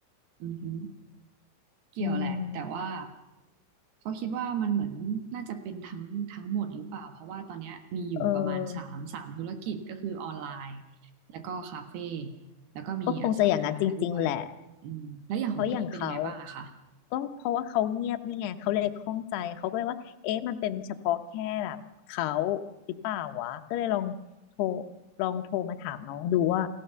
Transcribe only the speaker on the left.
อืม
เออ
ก็คงจะอย่างนั้นจริงๆแหละ
เพราะอย่างเขาก็เพราะว่าเขาเงียบนี่ไงเขาเลยข้องใจเขาก็เลยว่าเอ๊ะมันเป็นเฉพาะแค่แบบเขาหรือเปล่าวะก็เลยลองโทรลองโทรมาถามน้องดูว่า